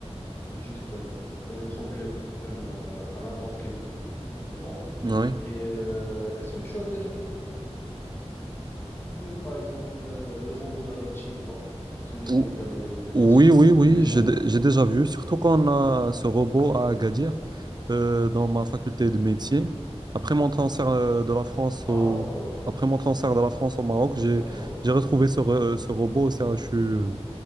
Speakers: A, on the left (about 20°); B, on the right (about 40°).
A: juste euh, des problèmes euh, à n'importe quel moment.
B: oui.
A: Et euh, est-ce que tu as déjà vu, par exemple, le, le robot Da Vinci ou pas? Celui qui
B: Ou-
A: opère les, les, les
B: Oui,
A: patients,
B: oui, oui,
A: les, les gens,
B: j'ai
A: en fait.
B: dé- j'ai déjà vu, surtout quand on a ce robot à Agadir euh, dans ma faculté de médecine. Après mon transfert euh, de la France
A: Ah,
B: au,
A: d'accord,
B: après mon transfert de la France au Maroc, j'ai
A: d'accord,
B: j'ai retrouvé ce, re- ce robot au CHU euh,